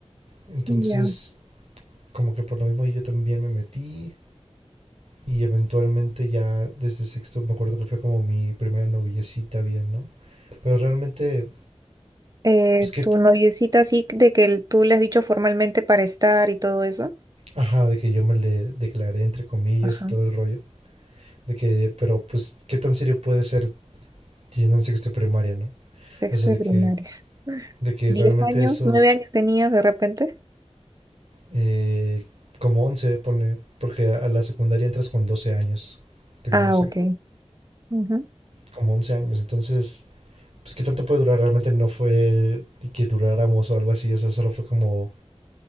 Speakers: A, on the right; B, on the right.
A: Entonces,
B: ujú. Ya.
A: como que por lo mismo yo también me metí y eventualmente ya desde sexto me acuerdo que fue como mi primera noviecita bien, ¿no? Pero realmente,
B: Eh,
A: pues que,
B: tu noviecita así de que el- tú le has dicho formalmente para estar y todo eso.
A: ajá, de que yo me le declaré entre comillas
B: Ajá.
A: y todo el rollo, de que, pero pues, ¿qué tan serio puede ser yendo en sexto de primaria, ¿no?
B: Sexto
A: O sea, de
B: de primaria.
A: que,
B: <laughs>
A: de que
B: ¿Diez
A: realmente
B: años?
A: eso,
B: ¿Nueve años tenías de repente?
A: eh, como 11 ponle, porque a, a la secundaria entras con 12 años, tengo
B: Ah,
A: 12
B: ok. Ujú,
A: como 11 años, entonces pues qué tanto puede durar, realmente no fue que duráramos o algo así, o sea, solo fue como